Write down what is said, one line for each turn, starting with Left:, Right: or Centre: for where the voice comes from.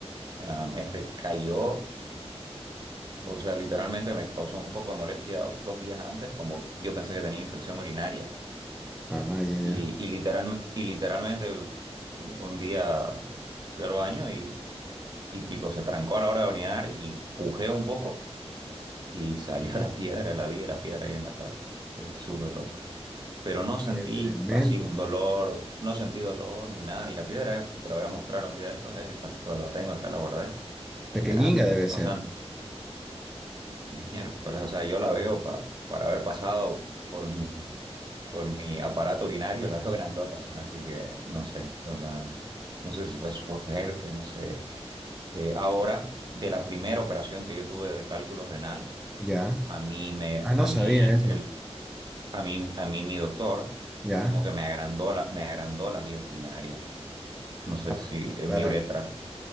Right: Am, este cayó, o sea, literalmente me causó un poco de molestia dos días antes, como yo pensé que tenía infección urinaria,
Centre: Ah, ah, ya,
Right: y,
Centre: ya.
Right: y, literal, y literalmente un día fui al baño y, y tipo se trancó a la hora de orinar y pujé un poco y salió <laughs> la piedra, la vi la piedra ahí en la taza, Eh, súper loco. Pero no sentí
Centre: Eh, tremendo.
Right: así un dolor, no sentí dolor ni nada, y la piedra, eh, te la voy a mostrar un día de estos, eh, la, pero la tengo acá, la guardé. Es
Centre: Pequeñinga
Right: grande,
Centre: debe
Right: eh.
Centre: ser.
Right: O sea, Miércoles, o sea, yo la veo pa- para haber pasado por mi, por mi aparato urinario, la veo grandota, así que no sé, o sea, no sé si fue suerte, no sé. Eh, ahora, de la primera operación que yo tuve de cálculo renal,
Centre: Ya.
Right: a mí me,
Centre: Ah, no
Right: a
Centre: sabía
Right: mí
Centre: eso.
Right: el, a mí, a mí mi doctor
Centre: Ya.
Right: es como que me agrandó la- me agrandó las vías urinarias, no sé
Centre: Ah, pa-
Right: si en
Centre: para,
Right: mi uretra